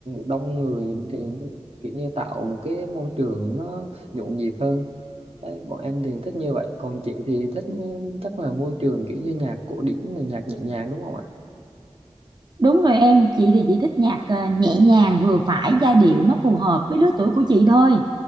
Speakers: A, on the right; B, on the right.
A: đông người thì kiểu như tạo một cái môi trường nó nhộn nhịp hơn Đấy, bọn em thì thích như vậy còn chị thì thích ừ, chắc là môi trường kiểu như nhạc cổ điển là nhạc nhẹ nhàng đúng không ạ
B: Đúng rồi em, chị thì chị thích nhạc ờ, nhẹ nhàng vừa phải, giai điệu nó phù hợp với lứa tuổi của chị thôi.